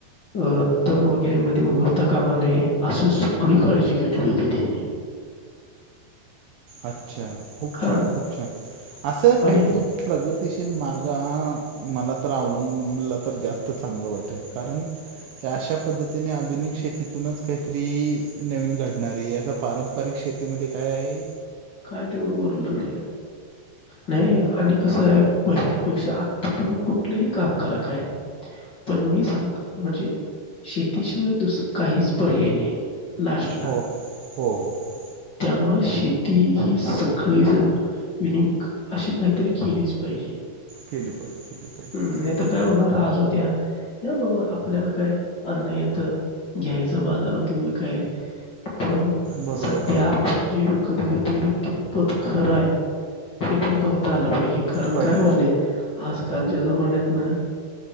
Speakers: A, on the left; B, on the right.
A: अ तन वगैरे मध्ये उगवता कामा नये. असं सगळी काळजी घेतली होती त्यांनी.
B: अच्छा खूप
A: हां
B: छान, खूप छान असं
A: आणि
B: काहीतरी प्रगतीशील मार्ग आ मला तर अवलंबल तर जास्त चांगलं वाटेल कारण, अशा पद्धतीने आधुनिक शेतीतूनच काहीतरी नवीन घडणार आहे याचा पारंपरिक शे शेतीमध्ये काय आहे.
A: काय तेवढं उरलं नाही. नाही आणि कसय आहे पहिल्यापेक्षा आता तुम्ही कुठलंही काम करा काय पण मी सांगतो म्हणजे शेतीशिवाय दुसं काहीच पर्याय नाही. लास्टला
B: हो. हो, हो, हो.
A: त्यामुळं शे ती ही सगळी जण युनिक अशी काहीतरी केलीच पाहिजे.
B: केली पाहिजे, केली पाहिजे.
A: हम्म नाही
B: हो,
A: तर काय होणार आज, उद्या या बाबा आपल्याला काय अन्नं येतं. घ्यायचं बाजारातून विकाय पण
B: बरोबर.
A: सध्या आपण जे विक त कधी घेतोय हे कितपत खरं हाय हे पण बघता आलं पाहिजे. कारण
B: पाहिजे.
A: काय वालय आजकालच्या जमान्यात ना